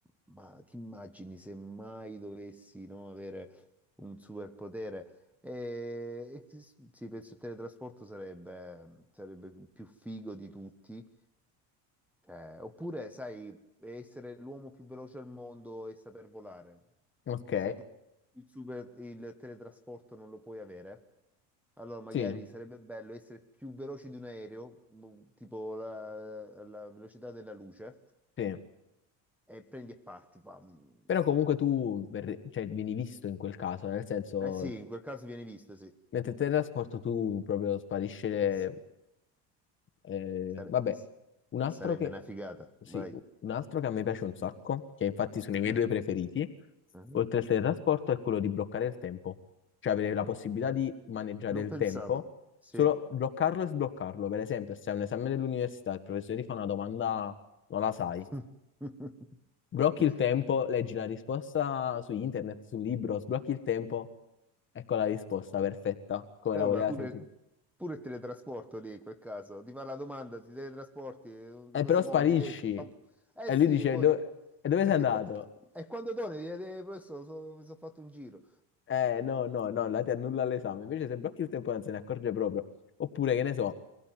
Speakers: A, in the centre; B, on the left.
A: ma ti immagini se mai dovessi, no, avere un superpotere? E, e sì, penso il teletrasporto sarebbe, sarebbe più figo di tutti. Eh, oppure, sai, essere l'uomo più veloce al mondo e saper volare.
B: Ok,
A: Se poi il, super- il teletrasporto non lo puoi avere, allora magari
B: sì,
A: sarebbe bello essere più veloci di un aereo, mo- tipo la, la velocità della luce,
B: sì.
A: e prendi e parti. fam.
B: Però comunque tu verre- cioè, vieni visto in quel caso, nel senso,
A: Eh sì, in quel caso viene visto, sì.
B: mentre teletrasporto tu proprio sparisce,
A: S-
B: Eh,
A: sare-
B: vabbè,
A: s-
B: un altro
A: sarebbe
B: che,
A: una figata,
B: sì,
A: vai.
B: un altro che a me piace un sacco, che infatti sono
A: Ah,
B: i miei due preferiti,
A: ah.
B: oltre al teletrasporto, è quello di bloccare il tempo. Cioè avere la possibilità di maneggiare
A: L'ho
B: il
A: pensato,
B: tempo,
A: sì.
B: solo bloccarlo e sbloccarlo. Per esempio, se hai un esame dell'università, il professore ti fa una domanda, non la sai,
A: <laughs>
B: blocchi il tempo, leggi la risposta su internet, sul libro, sblocchi il tempo, ecco la risposta perfetta, come
A: Eh,
B: la voleva
A: ma pure,
B: sentire.
A: pure il teletrasporto lì in quel caso. Ti fa la domanda, ti teletrasporti eh,
B: Eh,
A: due
B: però
A: secondi,
B: sparisci.
A: lei... pam- Eh
B: E
A: sì,
B: lui dice,
A: poi...
B: "Do-
A: <laughs>
B: e dove sei andato?
A: E qua- e quando torni, gli chiedi, "Eh, professore, so- mi sono fatto un giro. <laughs>
B: Eh, no, no, no, la ti annulla l'esame. Invece se blocchi il tempo non se ne accorge proprio. Oppure, che ne so,